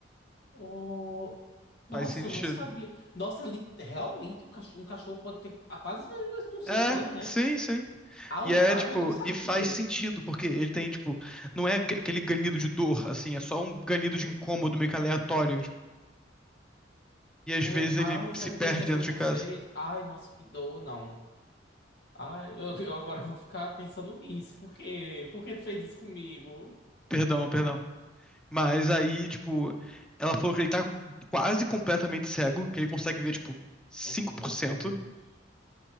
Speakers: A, on the left; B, in the centre.
A: Oh, nossa,
B: Faz sentido.
A: eu não sabia. Nossa, li- realmente o cach- um cachorro pode ter a quase as mesmas doenças que um ser
B: É,
A: humano, né?
B: sim, sim.
A: Alzheimer,
B: E é tipo,
A: eu não sabia.
B: e faz sentido, porque ele tem, tipo, não é g- aquele ganido de dor, assim, é só um ganido
A: Uhum.
B: de incômodo meio que aleatório, tipo. E
A: Oh,
B: às vezes ele
A: ai, será
B: se
A: que
B: perde
A: eu tô esquecendo
B: dentro de
A: vocês?
B: casa.
A: Ai, nossa, que dor, não. Ai, eu, eu agora vou ficar pensando nisso. Por quê? Por que tu fez isso comigo?
B: Perdão, perdão. Mas aí, tipo, ela falou que ele tá quase completamente cego, que ele consegue ver, tipo, cinco
A: Oh, meu
B: por
A: Deus.
B: cento